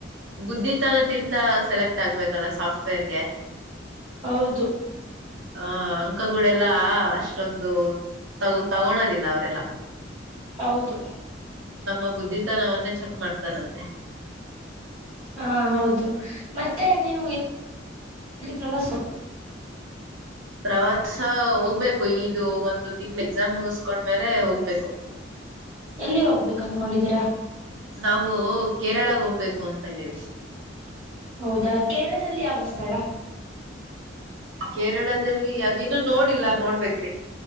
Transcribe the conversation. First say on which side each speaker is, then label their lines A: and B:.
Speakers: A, on the right; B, on the right.
A: ಬುದ್ದಿತನದಿಂದ ಸೆಲೆಕ್ಟ್ ಆಗ್ಬೇಕಲ್ಲ ಸಾಫ್ಟ್ವೇರ್ಗೆ
B: ಹೌದು
A: ಹ ಅಂಕಗಳೆಲ್ಲಾ ಅಷ್ಟೊಂದು ತಗೊ ತಗೋಳೋದಿಲ್ಲ ಅವರೆಲ್ಲಾ
B: ಹೌದು
A: ನಮ್ಮ ಬುದ್ಧಿತನವನ್ನೇ ಚೆಕ್ ಮಾಡ್ತಾರಂತೆ
B: ಹಾ ಹೌದು ಮತ್ತೆ ನೀವು ಪ್ರವಾಸ
A: ಪ್ರವಾಸ ಹೋಗ್ಬೇಕು ಇದು ಒಂದು ತಿಂಗಳ ಎಕ್ಸಾಮ್ ಮುಗಸ್ಕೊಂಡ್ಮೇಲೆ ಹೋಗ್ಬೇಕು.
B: ಎಲ್ಲಿ ಹೋಗ್ಬೇಕು ಅನ್ಕೊಂಡಿದ್ದೀರಾ.
A: ನಾವು ಕೇರಳಾಗ ಹೋಗ್ಬೇಕು ಅಂತ ಇದ್ದೀವಿ.
B: ಹೌದಾ ಕೇರಳದಲ್ಲಿ ಯಾವ ಸ್ಥಳ.
A: ಕೇರಳದಲ್ಲಿ ಅದು ಇನ್ನು ನೋಡಿಲ್ಲ ನೋಡ್ಬೇಕ್ರಿ